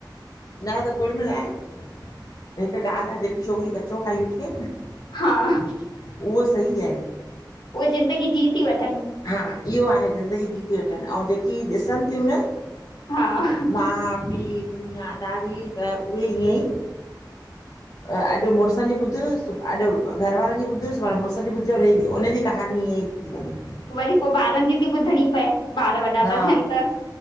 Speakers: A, on the left; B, on the left.
A: न त कुल मिलाई हिक ॻाल्ह आ जेकी छोकिरी कचो खाई वेठि आहिन न।
B: हा --
A: उहो सई आहे न
B: उह ज़िंदगी जी तीवठ्
A: हा इहो आहे ज़िंदगी जी थी वठनि ऐं जेकी ॾिसन थियूं न।
B: हा --
A: माउ पीउ दुनियादारी त उहे हीअं ई। अॼु मुॾुसन जी ॿुध अॼु घरवारनि जी ॿुध सुभाणे मुॾुस जी ॿुध हुनजी कहानी ईअं थी। <inaudible>
B: वरी पोइ ॿारनि जी थी ॿुधणी पए ॿार वॾा
A: हा
B: था थियन त।